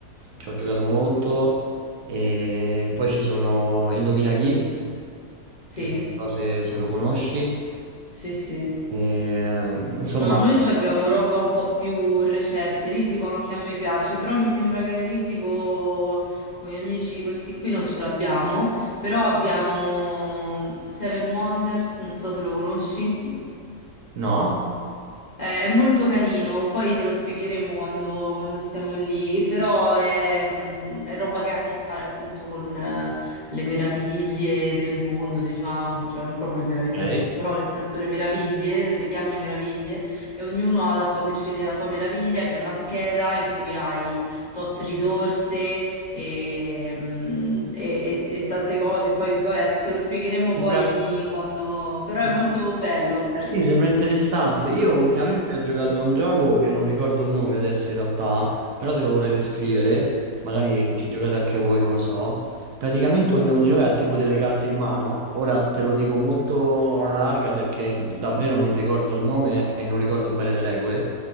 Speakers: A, on the right; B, on the left.
A: ci ho giocato molto, e poi ci sono Indovina chi,
B: Sì,
A: che non so se se lo conosci.
B: sì, sì.
A: E, insomma,
B: No, noi ci abbiamo roba un po' più recente, Risico anche a me piace, però mi sembra che Risico con gli amici questi qui non ce l'abbiamo, però abbiamo mm, Seven Wonders, non so se lo conosci.
A: no?
B: Eh, È molto carino, poi te lo spiegheremo quando, quando siamo lì, però è, mm, è roba che ha a che fare appunto con eh, le meraviglie del mondo, diciamo, cioè non proprio le meraviglie
A: Ok.
B: del mondo, però nel senso le meraviglie, le chiami meraviglie, e ognuno ha la sua, sceglie la sua meraviglia, che è una scheda in cui hai tot risorse e, mm, e- e- e tante cose, poi vabbè, te lo spiegheremo poi
A: Sembra,
B: quando, però
A: sembra-
B: è molto bello.
A: eh sì, sembra interessante. Io ultimamente
B: Sì.
A: ho giocato a un gioco che non ricordo il nome adesso in realtà, però te lo vorrei descrivere, magari ci giocate anche voi, non lo so. Praticamente ognuno di noi ha tipo delle carte in mano. Ora te lo dico molto alla larga perché davvero non ricordo il nome e non ricordo bene le regole.